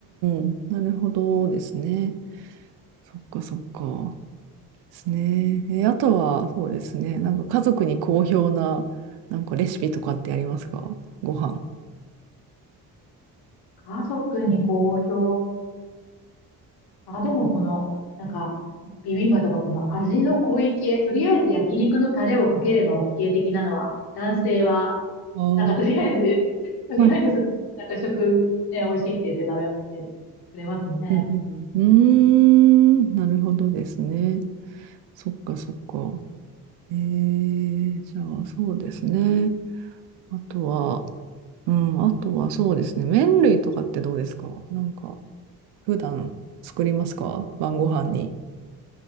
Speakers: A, on the right (about 80°); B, on the left (about 75°).
A: ん。なるほどですね。そっかそっか。ですね。え、あとは、そうですね。なんか家族に好評な、なんかレシピとかってありますかご飯。
B: 家族に好評。あ、でもこの、なんか、ビビンバとかこの味の濃い系、とりあえず焼肉のタレをかければ OK 的なのは、男性は、
A: あー
B: なんかとりあえず、<laughs> とりあえずそ、
A: はい。
B: なんか食、ね、美味しいって言って食べてくれますね。
A: うんうん。うーん、なるほどですね。そっかそっか。えー、じゃあそうですね。あとは、うん、あとはそうですね。麺類とかってどうですかなんか、普段作りますか晩ご飯に。